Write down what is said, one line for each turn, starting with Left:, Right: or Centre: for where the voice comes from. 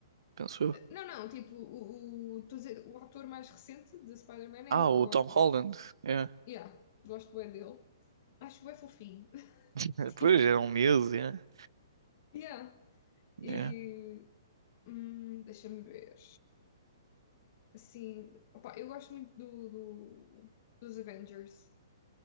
Right: penso eu.
Left: Não, não, tipo, o, o, estou a dizer, o ator mais recente de Spider-Man
Right: Ah,
Left: é o
Right: o
Left: que eu gosto
Right: Tom Holland.
Left: mais.
Right: Yeah.
Left: yeah, gosto bem dele. Acho bem fofinho. <laughs>
Right: <laughs>
Left: tipo,
Right: Pois, era um miúdo, yeah.
Left: yeah.
Right: Yeah.
Left: E hum, deixa-me ver. Assim, opa, eu gosto muito do, do- dos Avengers,